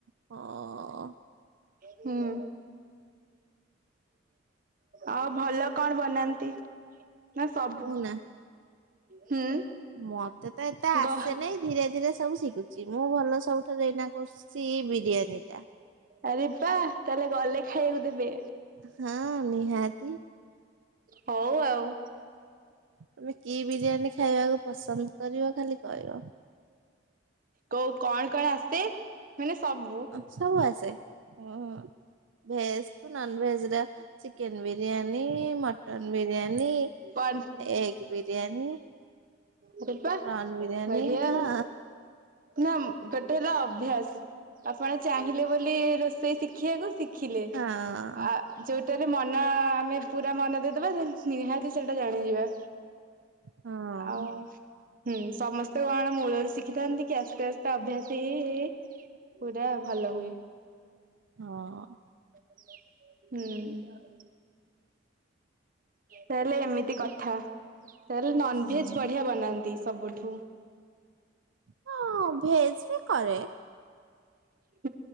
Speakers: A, on the right; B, on the right.
A: ହୋ!
B: ହୁଁ। ଆଉ ଭଲ କଣ ବନାନ୍ତି ନା ସବୁ?
A: ମୁଁ ନା
B: ହୁଁ।
A: ମତେ ତ ଏତେ ଆସେନହି
B: ଗ
A: ଧୀରେ ଧୀରେ ସବୁ ଶିଖୁଛି ମୁଁ ଭଲ ସବୁ। ତୋଦେଇ ଏ ଇନା କରଚ୍ଛ ବିରିୟାନୀ ଟା।
B: ଆରେ ପା ତାହେଲେ ଗଲେ ଖାଇବାକୁ ଦେବେ।
A: ହଁ ନିହାତି।
B: ହଉ ଆଉ।
A: ତମେ କି ବିରିୟାନୀ ଖାଇବାକୁ ପସନ୍ଦ କରିବ ଖାଲି କହିବ।
B: କୋଉ କଣ କଣ ଆସେ ମାନେ ସବୁ।
A: ସବୁ ଆସେ ହ ଭେଜ୍‌ ଟୁ ନନ ଭେଜ ରେ ଚିକେନ ବିରିୟାନୀ, ମଟନ ବିରିୟାନୀ
B: କଣ
A: ଏଗ ବିରିୟାନୀ ପ୍ରାଉନ
B: ଆରେ ବା
A: ବିରିୟାନୀ
B: ବଢିଆ ଆଉ
A: ହଁ।
B: ନା ଗୋଟେ ହେଲା ଅଭ୍ୟାସ। ଆପଣ ଚାହିଁଲେ ବୋଲି ରୋଷେଇ ଶିଖିବାକୁ ଶି ଖିଲେ
A: ହଁ
B: ଆ ଯୋଉଟାରେ ମନ ଆମେ ପୁରା ମନ ଦେଇଦବା ନିହାତି ସେଇଟା ଜାଣିଯିବା।
A: ହଁ
B: ଆଉ ହୁଁ, ସମସ୍ତେ କଣ ମୂଳରୁ ଶିଖିଥାନ୍ତି କି ଆସ୍ତେ ଆସ୍ତେ ଅଭ୍ୟାସ ହେଇ ହେଇ ପୁରା ଭଲ ହୁଏ।
A: ହଁ।
B: ହୁଁ। ତାହେଲେ ଏମିତି କଥା ତାହେଲେ ନନ୍‌ଭେଜ୍‌
A: ହଁ
B: ବଢିଆ ବନାନ୍ତି। ସବୁଠୁ।
A: ହଁ ଭେଜ ବି କରେ
B: ହ <unintelligible>